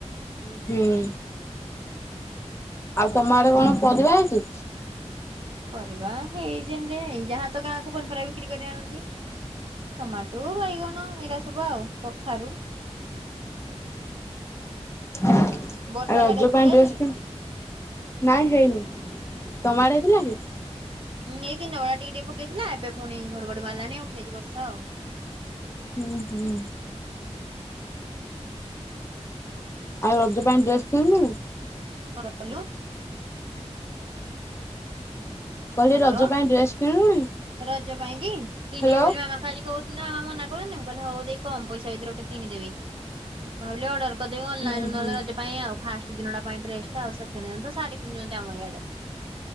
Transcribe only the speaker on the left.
ଉଁ, ହୁଁ। ଆଉ ତୋମ ଆଡ଼େ କଣ ପରିବା ହେଇଚି।
ଆଉ
ରଜ
ପାଇଁ ଡ୍ରେସ୍
କି ନାଇଁ ହେଇନି, ତୋମ ଆଡେ ହେଇଥିଲା କି?
ହୁଁ, ହୁଁ।
ଆଉ ରଜ ପାଇଁ ଡ୍ରେସ୍ କିଣିଲୁଣି।
କହିଲି
ରଜ ପାଇଁ ଡ୍ରେସ୍ କିଣିଲୁଣି?
ହ୍ୟାଲୋ।
ହୁଁ
ହୁଁ